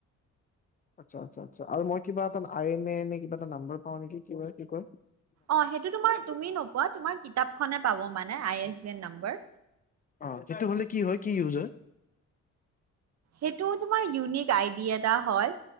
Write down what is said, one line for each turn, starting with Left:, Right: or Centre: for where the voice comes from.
Left: আচ্ছা আচ্ছা আচ্ছা আৰু মই কিবা এটা আই এনে এ কিবা এটা নাম্বাৰ পাও নেকি কিবা কি কয়? !
Right: অ সেইটো তোমাৰ তুমি নোপোৱা তোমাৰ কিতাপ খনে পাব মানে আই এছ বি ৰ নাম্বৰ
Left: অহ্ সেইটো হলে কি হয় কি ইউজ হয়?
Right: সেইটো তোমাৰ ইউনিক আইডি এটা হয়।